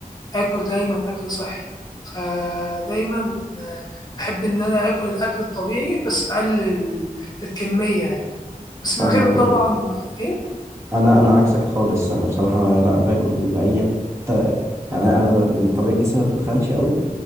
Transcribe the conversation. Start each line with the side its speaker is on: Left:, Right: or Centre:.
Left: آكل دايما أكل صحي فدايما آه، بحب إن أنا آكل الأكل الطبيعي بس بقلل ال- الكمية يعني بس من
Right: فاهمك
Left: غير طبعا
Right: بقى.
Left: ما- إيه
Right: انا انا عكسك خالص انا بصراحه لا باكل اي حتة- يعني انا ب... من طبيعه جسمي ما بتتخنش قوي